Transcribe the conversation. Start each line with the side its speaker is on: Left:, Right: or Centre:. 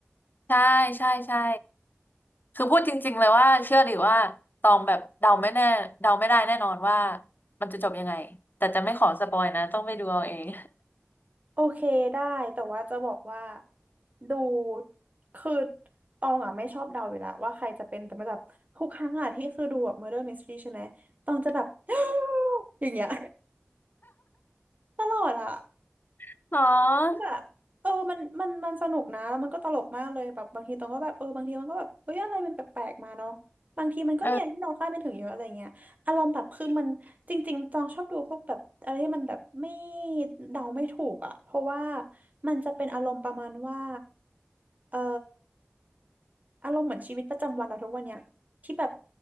Left: ใช่ใช่ใช่คือพูดจริงๆเลยว่าเชื่อหรือว่าตองแบบเดาไม่แน่เดาไม่ได้แน่นอนว่ามันจะจบยังไงแต่จะไม่ขอสปอยนะต้องไปดูเอาเอง
Right: โอเคได้แต่ว่าจะบอกว่าดูคือตองอ่ะไม่ชอบเดาอยู่แล้วว่าใครจะเป็นแต่มันแบบทุกครั้งอ่ะที่คือดูแบบ Murder Mystery ใช่ไหมตองจะแบบ <gasps> อย่างเงี้ย <laughs> ตลอดอ่ะ
Left: <laughs> เนาะ
Right: ก็แบบเออมันมันมันสนุกนะแล้วมันก็ตลกมากเลยแบบบางทีตรงก็แบบเออบางทีมันก็แบบเอ้ยอะไรมันแปลกๆมาเนาะบางทีมันก็มีอะไรที่เราคาดไม่ถึงเยอะอะไรเงี้ยอารมณ์แบบคือมันจริงๆจองชอบดูพวกแบบอะไรที่มันแบบไม่
Left: เออ
Right: เดาไม่ถูกอ่ะเพราะว่ามันจะเป็นอารมณ์ประมาณว่าเอ่ออารมณ์เหมือนชีวิตประจำวันเราทุกวันเนี้ยที่แบบ